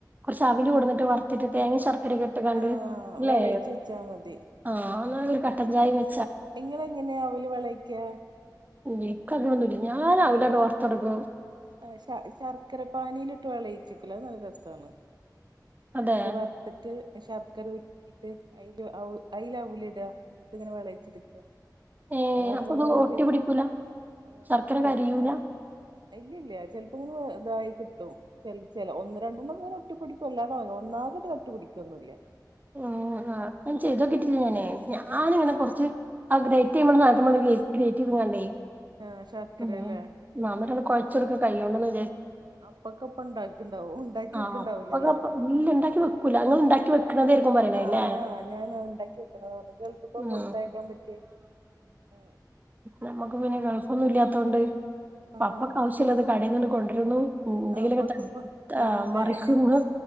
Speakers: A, on the right (about 25°); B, on the right (about 80°).
A: കുറച്ച് അവിൽ കെണ്ടു വന്നിട്ട് വറത്തിട്ട് തേങ്ങയും ശർ ചെരകിട്ട്കാണ്ട്
B: ആഹ്
A: ല്ലേ
B: വെളയിച്ച് വെച്ചാ മതി
A: ആ എന്നലേരു കട്ടൻ ചായയും വെ
B: നിങ്ങളെങ്ങനെയാ അവല് വിളക്ക്വാ
A: ഇന്ക്കങ്ങനെന്നുല്ല ഞാനാവില്ലണ്ട് വർത്തെടുക്കും
B: ആ ശ ശർക്കര പാനീയിലിട്ട് വെളയിച്ചെക്കല്ലോ അത് നല്ല രസാണ്
A: അതെ
B: അവല് വറുത്ത്ട്ട് ശ ശർക്കര ഉരുക്കിട്ട് അയിൽ അയിൽ അൗലിട എന്നിട്ട് ഇങ്ങനെ വിളയിച്ചെടുക്ക
A: ഏഹ്
B: അതപ്പ
A: അപ്പൊ ഇത്
B: നമ്മ
A: ഒട്ടി
B: പിന്നെ
A: പിടിക്കൂല
B: ആ
A: ശർക്കര
B: ചെറ്ത്
A: കരിയൂല
B: ആ ഇല്ല ഇല്ല ചെലപ്പോങ്ങനെ ഇതായി കിട്ടും <unintelligible> ഒന്ന് രണ്ടെണ്ണം ഇങ്ങനെ ഒട്ടി പിടിക്കും അല്ലാതെ ഒന്നാകട്ട് കട്ടി പിടിക്കൊന്നുല്ല
A: ഉ അ അങ്ങനെ ചെയ്തോക്കിട്ടില്ല ഞാനേ
B: ഉം
A: ഞാനിങ്ങനെ
B: ഉം
A: കൊറച്ച് ആ ഗ്രേറ്റേയ്‌ <unintelligible> സാനാത്ത്മട്ട് ഗ്രേറ്റെയ്ത് ങാണ്ടേ
B: ആഹ് ശർക്കരല്ലേ
A: ഉം <unintelligible> കുഴചോട്ക്ക കയ്യോണ്ടോന്
B: അപ്പക്കെപ്പണ്ടാക്ണ്ടാവോ ഉണ്ടാക്കി
A: ആഹ്
B: വെക്ക്ണ്ടാവൂലല്ലെ
A: അതൊക്കെ ഇല്ല ഇണ്ടാക്കി വെക്കൂല ഇങ്ങള് ഇണ്ടാക്കി വെക്കണതായിരിക്കും പറയണേ
B: ആ
A: ല്ലേ
B: ഞാ ഞാൻ ഉണ്ടാക്കി വെക്കണ <unintelligible> ഗൾഫ് കൊക്കെ
A: ഉം
B: കൊടുത്തയക്കാൻ പറ്റിയേ ആ
A: നമ്മുക്ക് പിന്നെ ഗൾഫൊന്നും ഇല്ലാത്തോണ്ട്
B: ആഹ്
A: അപ്പക്കാവശ്യള്ളത് കടയിൽന്നണ്ട് കൊണ്ടരുന്നു എന്തെങ്കിലൊക്കെ
B: അപ്പൊക്കപ്പ
A: ത ത
B: തേങ്ങ
A: മറിക്കുന്നു